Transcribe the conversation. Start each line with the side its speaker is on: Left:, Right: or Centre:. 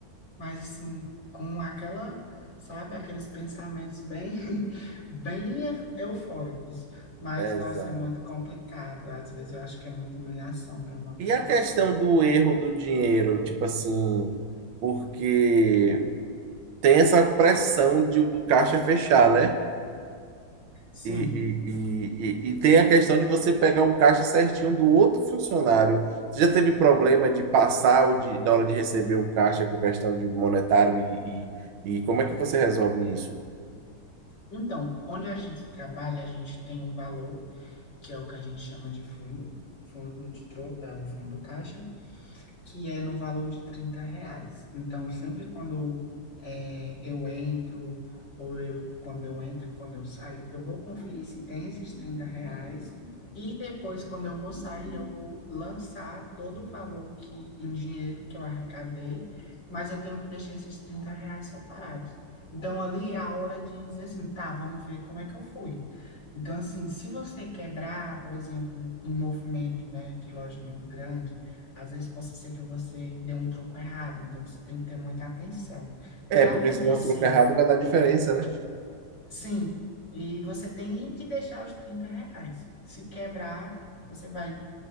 Left: Mas assim, com aquela, sabe, aqueles pensamentos bem, <laughs> bem eu- eufóricos. Mas,
Right: Exato.
Left: nossa, é muito complicado. Às vezes eu acho que é muita humilhação para uma pessoa
Right: E a questão
Left: só.
Right: do erro do dinheiro, tipo assim, porque tem essa pressão de- do caixa fechar, né?
Left: Sim.
Right: E, e, e, e e tem a questão de você pegar o caixa certinho do outro funcionário. Você já teve problema de passar o de, na hora de receber o caixa com questão de monetário e, e, e como é que você resolve isso?
Left: Então, onde a gente trabalha, a gente tem um valor, que é o que a gente chama de fundo, fundo de tro é o fundo caixa, que é no valor de 30 reais. Então, sempre quando é, eu entro, ou eu, quando eu entro e quando eu saio, eu vou conferir se tem esses 30 reais, e depois, quando eu vou sair, eu vou lançar todo o valor que, em dinheiro que eu arrecadei, mas eu tenho que deixar esses 30 reais separados. Então, ali é a hora de dizer assim, tá, vamos ver como é que eu fui. Então, assim, se você quebrar, por exemplo, um movimento, né, de loja muito grande, às vezes pode ser que você dê um troco errado, então você tem que ter muita atenção. Já
Right: É, porque
Left: aconteceu,
Right: se der um troco errado vai dar diferença, né?
Left: sim, e você tem que deixar os 30 reais. Se quebrar, você vai